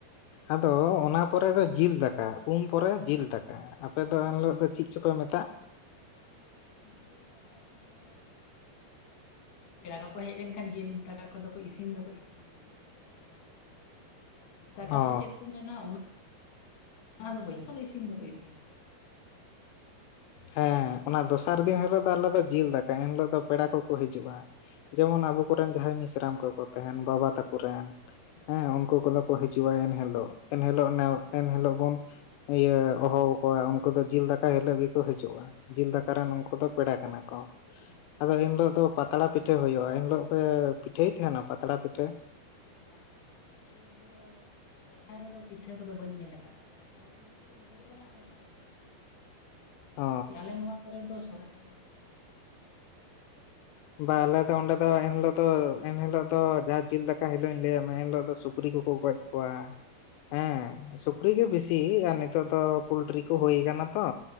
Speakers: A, on the left; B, on the left.
A: ᱟᱫᱚ ᱚᱱᱟ ᱯᱚᱨᱮ ᱫᱚ ᱡᱤᱞ ᱫᱟᱠᱟ ᱩᱢ ᱯᱚᱨᱮ ᱡᱤᱞ ᱫᱟᱠᱟ ᱟᱯᱮ ᱫᱚ ᱮᱱ ᱦᱤᱞᱳᱜ ᱫᱚ ᱪᱮᱫ ᱪᱚᱯᱮ ᱢᱮᱛᱟᱜ
B: ᱡᱤᱞ ᱫᱟᱠᱟ ᱠᱚᱫᱚ ᱯᱮᱲᱟ ᱠᱚ ᱠᱚ ᱦᱮᱡ ᱞᱮᱱᱠᱷᱟᱱ ᱡᱤᱞ ᱫᱟᱠᱟ ᱠᱚᱫᱚ ᱠᱚ ᱤᱥᱤᱱ ᱫᱚᱠᱚ ᱤᱥᱤᱱ ᱜᱮᱭᱟ ᱠᱚᱦᱚᱸ ᱠᱚ ᱦᱤᱡᱩᱜ ᱜᱮᱭᱟ ᱟᱨ ᱡᱮᱞ ᱫᱟᱠᱟ
A: ᱚ
B: ᱥᱮ ᱪᱮᱫ ᱠᱚ ᱢᱮᱱᱟ ᱩᱱᱟᱹᱜ ᱚᱱᱟ ᱫᱚ ᱵᱟᱹᱧ ᱤᱥᱤᱱ ᱫᱚᱠᱚ ᱤᱥᱤᱱ ᱜᱮᱭᱟ
A: ᱦᱮᱸ ᱚᱱᱟ ᱫᱚᱥᱟᱨ ᱫᱤᱱ ᱦᱤᱞᱳᱜ ᱫᱚ ᱟᱞᱮ ᱫᱚ ᱡᱤᱞ ᱫᱟᱠᱟ ᱮᱱ ᱦᱤᱞᱳᱜ ᱫᱚ ᱯᱮᱲᱟ ᱠᱚᱠᱚ ᱦᱤᱡᱩᱜᱼᱟ ᱡᱮᱢᱚᱱ ᱟᱵᱚ ᱠᱚᱨᱮᱱ ᱡᱟᱦᱟᱸᱭ ᱢᱤᱥᱨᱟᱢ ᱠᱚᱠᱚ ᱛᱟᱦᱮᱱ ᱵᱟᱵᱟ ᱛᱟᱠᱚᱨᱮᱱ
B: ᱦᱩᱸ
A: ᱦᱮᱸ ᱩᱱᱠᱩ ᱠᱚᱫᱚ ᱠᱚ ᱦᱤᱡᱩᱜᱼᱟ ᱦᱤᱡᱩᱜᱼᱟ ᱮᱱ ᱦᱤᱞᱳᱜ ᱮᱱᱦᱤᱞ ᱱᱮᱥ ᱮᱱᱦᱤᱞᱳᱜ ᱵᱚᱱ ᱤᱭᱟᱹ ᱦᱚᱦᱚ ᱟᱠᱚᱣᱟ ᱩᱱᱠᱩ ᱫᱚ ᱡᱤᱞ ᱫᱟᱠᱟ ᱦᱤᱞᱳᱜ ᱜᱮ ᱠᱚ ᱦᱤᱡᱩᱜᱼᱟ ᱡᱤᱞ ᱫᱟᱠᱟ ᱨᱮᱱ ᱱᱩᱠᱩ ᱫᱚ ᱯᱮᱲᱟ ᱠᱟᱱᱟ ᱠᱚ
B: ᱦᱩᱸ
A: ᱟᱫᱚ ᱮᱱᱦᱤᱞᱳᱜ ᱫᱚ ᱯᱟᱛᱲᱟ ᱯᱤᱴᱷᱟᱹ ᱦᱩᱭᱩᱜᱼᱟ ᱮᱱᱦᱤᱞᱳᱜ ᱯᱮ ᱯᱤᱴᱷᱟᱹᱭ ᱛᱟᱦᱮᱸᱱᱟ ᱯᱟᱛᱲᱟ ᱯᱤᱴᱷᱟᱹ
B: ᱵᱟᱝ ᱵᱟᱝ ᱱᱚᱛᱮ ᱫᱚ ᱥᱚᱨᱦᱟᱭ ᱨᱮᱫᱚ ᱯᱤᱴᱷᱟᱹ ᱠᱚᱫᱚ ᱵᱟᱹᱧ ᱧᱮᱞ ᱟᱠᱟᱫ ᱠᱚᱣᱟ ᱱᱚᱣᱟ ᱥᱩᱨ ᱠᱚᱨᱮ ᱫᱚ ᱦᱩᱭ ᱵᱟᱲᱟᱜ ᱨᱮᱦᱚᱸ
A: ᱚ
B: ᱟᱞᱮ ᱱᱚᱣᱟ ᱠᱚᱨᱮ ᱫᱚ ᱥᱚᱨᱦᱟᱭ ᱨᱮᱫᱚ ᱯᱤᱴᱷᱟᱹ ᱫᱚ ᱵᱟᱹᱧ ᱧᱮᱞ <inaudible>
A: ᱵᱟ ᱟᱞᱮ ᱫᱚ ᱚᱸᱰᱮ ᱫᱚ ᱮᱱᱦᱤᱞᱳᱜ ᱫᱚ ᱮᱱ ᱦᱤᱞᱳᱜ ᱫᱚ ᱡᱟᱦᱟᱸ ᱡᱤᱞ ᱫᱟᱠᱟ ᱦᱤᱞᱳᱜ ᱤᱧ ᱞᱟᱹᱭᱟᱫ ᱢᱮ ᱮᱱᱦᱤᱞᱳᱜ ᱫᱚ ᱥᱩᱠᱨᱤ ᱠᱚᱠᱚ ᱜᱚᱡ ᱠᱚᱣᱟ ᱦᱮᱸ ᱥᱩᱠᱨᱤ ᱜᱮ ᱵᱤᱥᱤ ᱟᱨ ᱱᱮᱛᱟᱨ ᱫᱚ
B: ᱦᱮᱸ
A: ᱚ ᱯᱳᱞᱴᱨᱤ ᱠᱚ
B: ᱦᱮᱸ
A: ᱦᱩᱭ ᱠᱟᱱᱟ ᱛᱚ